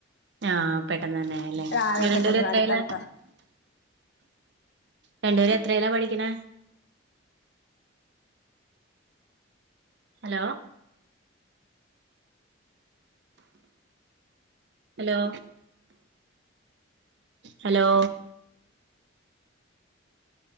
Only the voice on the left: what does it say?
ആഹ്
പെട്ടെന്ന്
അടുത്തടുത്ത